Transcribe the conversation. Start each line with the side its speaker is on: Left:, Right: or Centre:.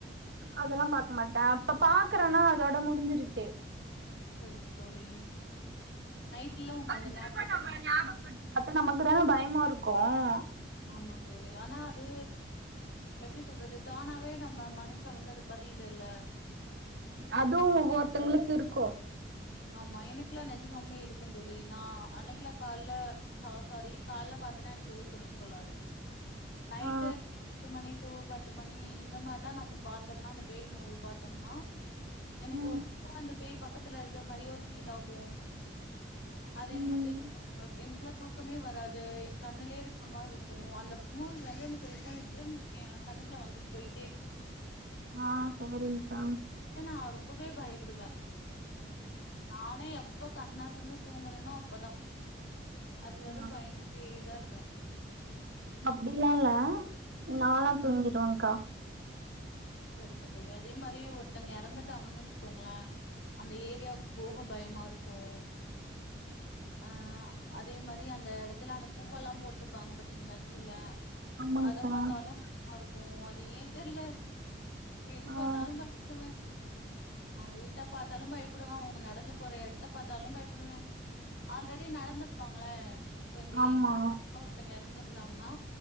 Right: அதெல்லா பாக்க மாட்ட அப்ப பாக்கறனா அதோட முடிஞ்சிருச்சி
Left: செரிங்க தோழி நைட்ல உங்க
Right: அது
Left: அந்த
Right: திரும்ப
Left: ஞாபகோ
Right: நம்ம ஞாபகப்படுத் அப்ப நமக்கு தானா பயமாருக்கும்
Left: ஆமா தோழி ஆனா அது எப்டி சொல்றது தானாவே நம்ம மனசுல வந்து அது பதியுதுதல்ல
Right: அதுவு ஒவ்வொருத்தங்ளுக்கு இருக்கும்
Left: ஆமா எனக்குலா நெசமாலுமே இருக்கும் தோழி நா அன்னக்கில கால்ல சா சாரி கால்ல பாத்தனா எனக்கு எதுவு தெரிஞ்சு கொள்ளாது நைட்டு
Right: ஆ
Left: எட்டு மணிட் இரவு பத்து மணி இந்த மாரிலா நம்ம பாத்தோம்னா அந்த பேய் மூவி பாத்தோம்னா எனக்கு
Right: ம்
Left: ஒர்கா அந்த பேய் பாக் புத்துல இருக் இருந்த மாரியே ஒரு ஃபீல் ஆகு அது என்னமோ
Right: ம்
Left: தெரில நம்ளுக் எனக்குலா தூக்கமே வராது எ கண்ணுலே இருக்க மாரி இருக்கும் அந்த மூவி வந்து எனக்கு ரிட்டன் ரிட்டன் எ கண்ணுக்குள்ள வந்துட் போய்ட்டே இருக்கும்
Right: ஆ செரி்ங்கா
Left: நா ரொம்பவே பயப்படுவ நானே எப் எப்போ கண் அசந்து தூங்குறனோ அப்ப தா அது வரும்
Right: ஆ
Left: பயந்துக்கிட்டே தா இருப்ப
Right: அப்டிலா இல்ல
Left: ம்
Right: நால்ளா தூங்கிருவ கா
Left: செரிங்க தோழி அதே மாரி ஒருத்தவங்க எறந்துட்டாங்கன்னு வச்சுக்கோங்களே அந்த ஏரியாவுக்கு போஹப் பயமாருக்கும் அ ஆ அதே மாரி அந்த எடத்துல அந்த பூவெல்லா போட்டுருப்பாங்க பத்தீங்ளா கீழ
Right: ஆமாங்க்கா
Left: அத பாத்தாலும் பயமாருக் ஓ அது ஏத்தெர்ல எது
Right: ஆ
Left: பாத்தாலு பண்ணுவே அவுங்க வீட்ட பார்த்தாலும் பயப்படுவே அவுங்க நடந்து போற எடத்த பார்த்தாலும் பயப்படுவே ஆல் ரெடி நடந்துருப்பாங்களே இப்ப இந்த
Right: ஆமா
Left: என் ஒருத்தங்க எறந்துப் இருந்தாங்கன்ன